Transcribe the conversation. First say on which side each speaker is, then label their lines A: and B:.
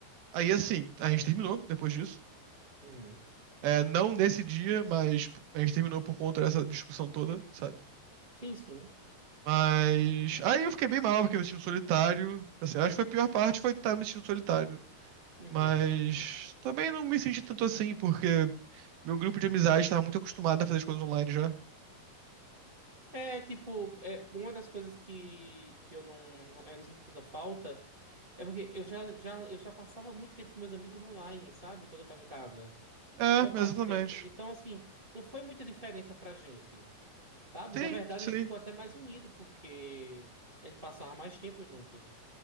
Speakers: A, on the right; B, on the right.
A: Aí assim, a gente terminou depois disso.
B: Uhum.
A: É, não nesse dia, mas a gente terminou por conta dessa discussão toda, sabe?
B: Sim, sim.
A: Mas aí eu fiquei bem mal, fiquei me sentindo solitário. Assim, acho que foi a pior parte foi estar me sentindo solitário.
B: Uhum.
A: Mas também não me senti tanto assim, porque meu grupo de amizade estava muito acostumado a fazer as coisas online já.
B: É tipo, é, uma das coisas que, que eu não, não- eu não senti tanta falta é porque eu já, já, eu já passava muito tempo com meus amigos online, sabe? Quando eu tava em casa.
A: É,
B: Maior parte
A: exatamente.
B: do tempo. Então, assim, não foi muita diferença pra gente, sabe?
A: Sim,
B: Na verdade,
A: sim,
B: a gente ficou até mais unido, porque a gente passava mais tempo juntos.